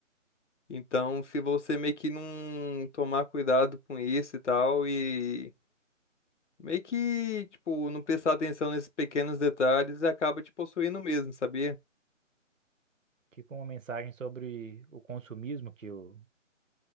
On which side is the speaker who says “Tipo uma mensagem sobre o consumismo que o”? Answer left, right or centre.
Right